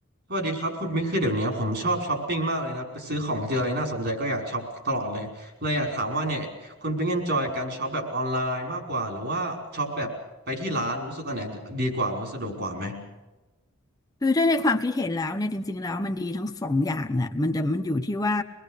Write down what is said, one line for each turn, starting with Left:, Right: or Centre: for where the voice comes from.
Right: สวัสดีครับคุณมิ้นคือเดี๋ยวนี้ผมชอบช้อปปิ้งมากเลยนะไปซื้อของเจออะไรน่าสนใจก็อยากช็อปตลอดเลยเลยอยากถามว่าเนี่ยคุณปิ๊งเอนจอยการช็อปแบบออนไลน์มากกว่าหรือว่าช็อปแบบไปที่ร้านรู้สึกอันไหนดีกว่าแล้วาสะดวกกว่าไหม
Left: คือถ้าในความคิดเห็นแล้วเนี่ยจริงๆแล้วมันดีทั้งสองอย่างแหละมันแต่มันอยู่ที่ว่า